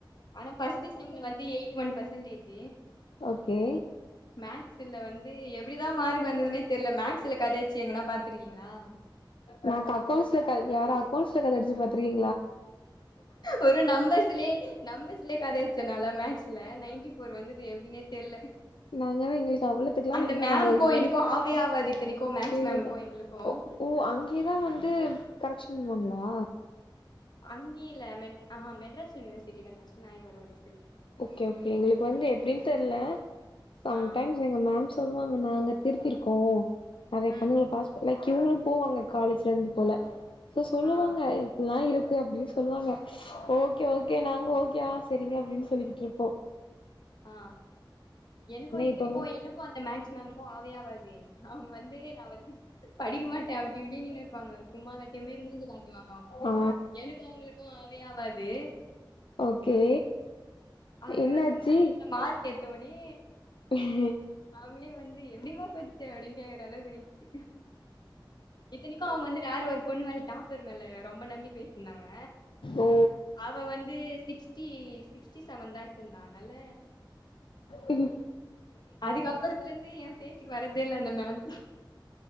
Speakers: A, on the left; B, on the left.
A: ஆனா ஃபஸ்ட் செம் வந்து எய்ட்டி ஒன் பெர்சன்டேஜ்
B: ஓகே
A: மேக்ஸ்ல வந்து எப்டிதான் மாார்க் வந்ததுனே தெரியல மேக்ஸ்ல கதய டிச்சு எங்கன்னா பாத்திருக்கீங்களா
B: நாங்க அக்கவுண்ட்ஸ்ல கத யாரும் அக்கவுண்ட்ஸ்ல கத அடிச்சி பாத்ருக்கீங்
A: ஒரு நம்பசிலயே நம்பசிலயே கத அச்ச நெலம மேக்ஸ்ல நைன்டி வோர் வந்தது எப்டின்னே தெர்ல
B: நாங்கலா எங்களுக்கு அவ்வளத்துக்குலா
A: அந்த
B: இல்ல
A: மேம்முக்கும்
B: நாங்க வந்து
A: எனக்கும் ஆவேயாவாது யித்தனிக்கும் மேக்ஸ்
B: சேரிதா
A: மேம்முக்கும் எங்களுக்கும்
B: ஓ ஓ அங்கேயேதான் வந்து கரெக்ஷன் பண்ணுவாங்களா
A: அங்கேயெ இல்ல ஆஹ மெட்ராஸ் யூனிவர்சிட்டில கரெக்ஷன் ஆகி வரும் ரிசல்
B: ஓகே ஓகேங் எங்களுக்கு வந்து எப்டினு தெரியல சம்
A: ஆ
B: டைம்ஸ் எங்க மேம்ஸ் சொல்லுவாங்க நாங்க திருத்திருக்கோம் நிறைய பொண்ணுங்க
A: ம்
B: பாஸ் பலை இவுங்களும் போவாங்க காலேஜ்ல இருந்து போல சோ சொல்லுவாங்க
A: ஆ
B: இப்டில்லாம் இருக் கு அப்டின்னு சொல்லுவாங்க ஓகே ஓகே நாங்க ஓகே ஆ சரிங்க அப்படின்னு சொல்லிக்கிட்டு இருப்போம்
A: ஆ எனக்கும் இத்தினைக்கும்
B: இப்ப
A: எனக்கும் அந்த மேக்ஸ் மேமுக்கும் ஆவைய ஆவாது அவங்க வந்து நான் வந்து படிக்கமா ட்டே அப்டி இப்படி நின்னு இருப்பாங்க சும்மா கட்டியுமே மூஞ்சு காட்டுவாங்க
B: ஆ
A: எனக்கு அவங்களுக்கும் ஆவே ஆவா து
B: ஓகே
A: அதுக்கப்புறோ
B: என்னாச்சு
A: மேக்ஸ்ல மார்க் எத்தோனே
B: உஹம்
A: ஒனே வந்து எப்டிமா பச்ச அப்டின்னு கேக்ற அளவுக்கு ஆயிச்சு இத்தனைக்கும் அவங்க வந்து வேற ஒரு பொண்ணு மேல டாப்பரு மேல ரொம்ப நம்பிக்கை வெச்சிருந்தாங்க
B: ஓ
A: அவ வந்து சிக்ஸ்டி சிக்ஸ்டி செவன் தா எத்துருந்த அதுனால
B: உஹம்
A: அதுக்கப்பறத்துலந்து எ பேச்சுக்கு வரதே இல்ல அந்த மேம்